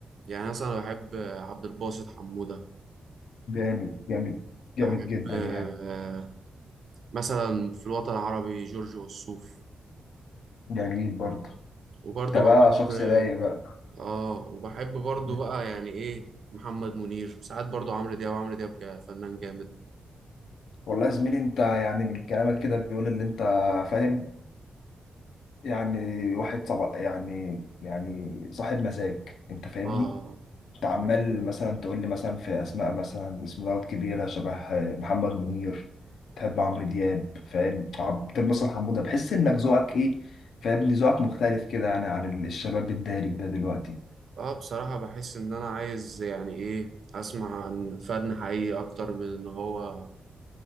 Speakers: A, on the right; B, on the left.
A: يعني مثلا انا بحب آه، عبد الباسط حموده
B: جامد جامد
A: بحب
B: جامد جدا يعني
A: آه، مثلا في الوطن العربي جورج وسوف
B: جميل برضه
A: وبرضه
B: انت
A: بحب
B: بقى شخص رايق بقى
A: اه وبحب برضه
B: بت-
A: بقى يعني ايه محمد منير وساعات برضه عمرو دياب عمرو دياب جا- فنان جامد
B: والله يا زميلي انت يعني من كلامك كده بيقول ان انت فاهم يعني واحد صبا يعني يعني صاحب مزاج انت فاهمني
A: اه
B: انت
A: بحب
B: عمال مثلا تقول لي مثلا في اسماء مثلا اسم دوت كبيره شبه محمد منير تحب عمرو دياب فاهم عبد الباسط حموده بحس انك ذوقك ايه فاهمني ذوقك مختلف كده يعني عن الشباب الدارج ده دلوقتي
A: اه بصراحة بحس ان انا عايز يعني ايه اسمع عن فن حقيقي اكتر من ان هو